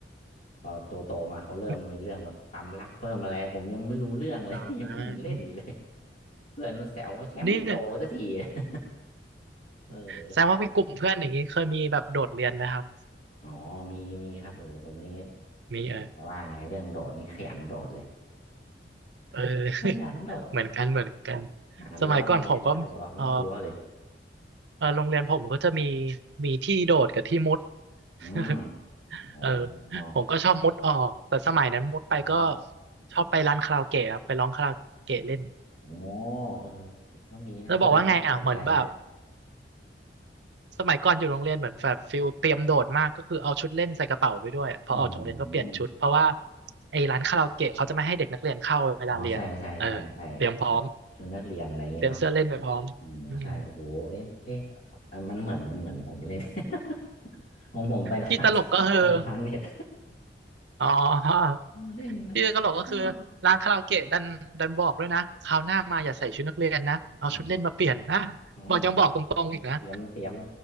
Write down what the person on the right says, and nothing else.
มีอ๋อ
นี่เนี่ย
แสดงว่ามีกลุ่มเพื่อนอย่างนี้เคยมีแบบโดดเรียนไหมครับ
มีเออ
เออ <laughs>
เหมือนกันเหมือนกัน
สมัยก่อนผมก็เออเออโรงเรียนผมก็จะมีมีที่โดดกับที่มุด <laughs>
เออ
ผมก็ชอบมุดออกแต่สมัยนั้นมุดไปก็
ชอบไปร้านคาราโอเกะครับไปร้องคาราโอเกะเล่น
แล้วบอกว่าไงอ่ะเหมือนแบบสมัยก่อนอยู่โรงเรียนเหมือนแบบฟิลเตรียมโดดมากก็คือเอาชุดเล่นใส่กระเป๋าไปด้วยอะพอออกจากโรงเรียนก็เปลี่ยนชุดเพราะว่า
ไอ้ร้านคาราโอเกะเขาจะไม่ให้เด็กนักเรียนเข้าเวลาเรียนเออเตรียมพร้อม
เตรียมเสื้อเล่นไปพร้อมอืม
ที่ตลกก็คือ
อ๋อ
ที่ตลกก็คือร้านคาราโอเกะดันดันบอกด้วยนะคราวหน้ามาอย่าใส่ชุดนักเรียนนะเอาชุดเล่นมาเปลี่ยนนะ
บอกยังบอกตรงๆอีกนะ